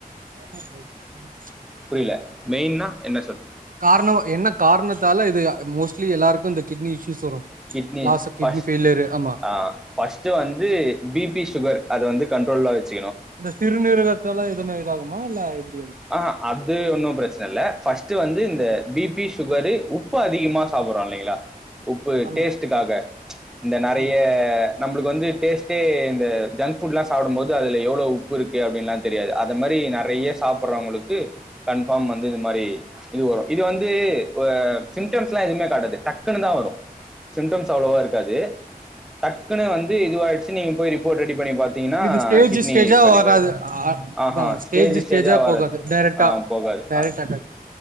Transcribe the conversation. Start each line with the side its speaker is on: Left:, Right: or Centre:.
Right: <unintelligible>
Centre: புரியல மெயின்னா என்ன சொல்
Right: கார்ணோ என்ன காரணத்தால இது மோஸ்ட்லி எல்லாருக்கு இந்த கிட்னி இஷ்யூஸ் வரு
Centre: kidney
Right: loss of kidney
Centre: first
Right: failure ஆமா
Centre: ஆ பஸ்ட்டே வந்து பிபிஸ் சுகர் அத வந்து கண்ட்ரோல வச்சு
Right: அந்த சிறநீருகத்தலா எதுன்னு இதாகுமா இல்ல எப்
Centre: ஆஹ் அது ஒன்னு பிரச்சன இல்ல பர்ஸ் டுத்து வந்து இந்த பிபி சுகரு உப்பு அதிகமா சாப்பட்றோ இல்லைங்ளா உப்பு
Right: ஆமா
Centre: டேஸ்ட்டுக்காக இந்த நெறைய
Right: ஆமா
Centre: நம்ளுக்கு வந்து டேஸ்டே இது ஜங் ஃபுட்லா சாப்டம்போது எவ்ளவு உப்பு இருக்கு அப்டின்னுல்லா தெரியாது அது மாரி நெறைய சாப்ட்றவங்களுக்கு கன்ஃபார்ம் வந்து இது மாரி இது வரும் இது வந்து சிம்டம்ஸ்லா எதுமே காட்டாது டக்குன்னு தா வரு சிம்டம்ஸ் அவ்ளோவா இருக்காது தட் டக்குனு வந்து இதுவாயிடுச்சுனு நீங்க போய் ரிப்போர்ட் ரெடி பண்ணி பாத்தீங்கன்னா
Right: இது ஸ்டேஜ்
Centre: கிட்னி
Right: ஸ்டேஜா
Centre: பெயிலியர்
Right: வராது
Centre: ஆயிடுச்சு ஆஹா
Right: அதா ஸ்டேஜ்
Centre: ஸ்டேஜு
Right: ஸ்டேஜா
Centre: தெறியா வராதுக்
Right: போகாது டைரக்டா
Centre: ஆ போகாது
Right: டைரக்ட்
Centre: ஆ